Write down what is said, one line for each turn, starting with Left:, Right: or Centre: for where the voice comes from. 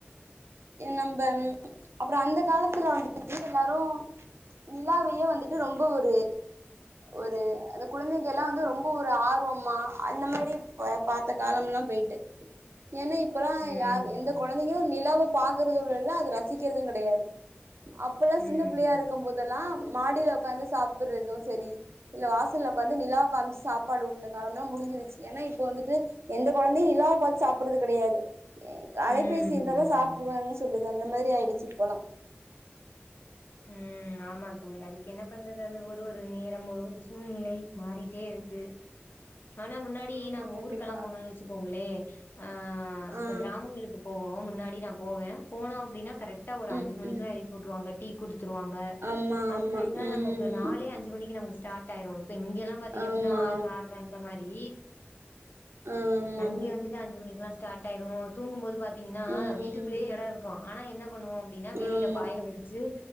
Right: நம்ம அப்பற அந்த காலத்துல வந்துட்டு எல்லாரு நிலாவையே வந்துட்டு ரொம்ப ஒரு ஒரு அந்த குழந்தைங்க எல்லா வந்து ரொம்ப ஒரு ஆர்வம் ஆமா அந்த மாரி பாத்த காலம்லா போயிட்டு ஏன்னா இப்பல்லா
Left: ம்
Right: யார் எந்த குழந்தைங்களும் நிலாவ பாக்குறது இல்லல அது ரசிகிறதும் கிடையாது அப்பல்லாம்
Left: ம்
Right: சின்ன பிள்ளையா இருக்குபோதெல்லாம் மாடில உக்காந்து சாப்பிடுறதும் சரி இல்ல வாசல உக்காந்து நிலா காாமிச்சு சாப்பாடு ஊட்டுன காலம்லா முடிஞ்சிருச்சு ஏன்னா இப்ப வந்துட்டு எந்த குழந்தையு நிலாவை பாத்து சாப்புட்றது கிடையாது அலைபேசி
Left: ம்
Right: இருந்தாத சாப் றனு சொல்லுது அந்த மாரி ஆயிடுச்சு இப்பலாம்
Left: ம் ஆமா தோழி அதுக்கு என்ன பண்றது அது ஒரு ஒரு நேரம் ஒரு ஒரு சூழ்நிலை மாறிட்டே இருக்கு ஆனா முன்னாடி
Right: ஆமா
Left: நாங்க
Right: கண்டிப்பா
Left: ஊருக்கெல்லாம் போணுன்னு வச்சுக்கோங்களே ஆ
Right: ஆ
Left: கிராமங்களுக்கு போவோம் முன்னா டி நா போவே போனோ அப்டின்னா கரைக்டா ஒரு
Right: ம்
Left: அஞ்சு மணிக்கல்லா
Right: ம்
Left: எழுப்பி வுட்டுருவாங்க த்ருவாங்க
Right: ஆமா
Left: அஞ்சு
Right: ஆமா
Left: மணிக்கெல்லாம்
Right: ம்
Left: நமக்கு நாளே அஞ்சு மணிக்கு நமக்கு ஸ்ட டாயிரு இப்ப இங்கெல்லா பாத்தீங்க
Right: ஆமா
Left: அப்டின்னா ஆறு ஆற்ரை அந்த மாரி
Right: ஆமா
Left: அங்க வந்துட்டு அஞ்சு மணிக்குலா ஸ்டார்ட் ஆயிரும் தூங்கும் போது ப ன்னா
Right: ஆமாமா
Left: வீட்டுக்குள்ளயே
Right: ம்
Left: இடம் இருக்கும் ஆனா என்ன பண்ணுவோம் அப்படின்னா வெளியில
Right: ஆமா
Left: பாயவிருச்சு